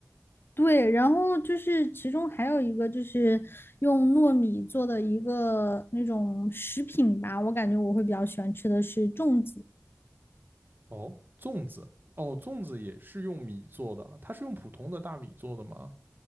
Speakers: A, on the left; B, on the right.
A: 对，然后就是其中还有一个就是用糯米做的一个那种食品吧，我感觉我会比较喜欢吃的是粽子，
B: 哦，粽子，哦，粽子也是用米做的，它是用普通的大米做的吗？